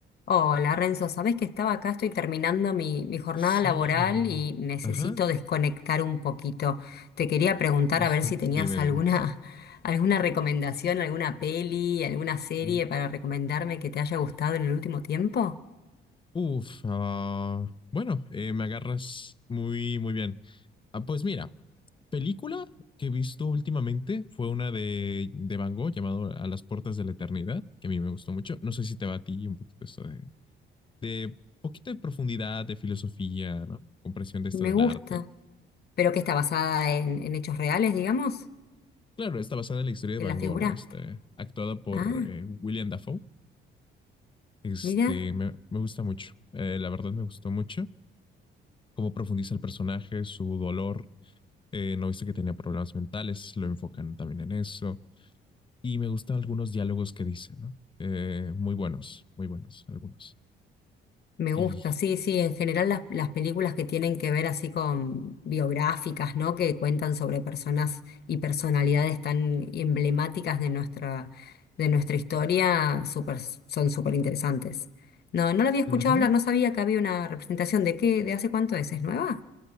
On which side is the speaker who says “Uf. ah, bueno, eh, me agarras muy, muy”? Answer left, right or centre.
Left